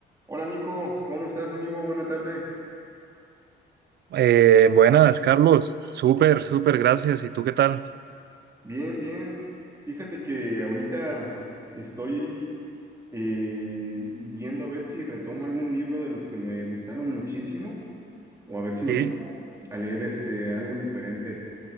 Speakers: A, on the right; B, on the right.
A: Hola Nico, ¿cómo estás amigo? Buena tarde.
B: Eh, buenas, Carlos. Súper, súper, gracias. ¿Y tú qué tal?
A: Bien, bien. Fíjate que ahorita estoy eh, viendo a ver si retomo algún libro de los que me gustaron muchísimo o a ver si me
B: Sí.
A: pongo a leer este, algo diferente.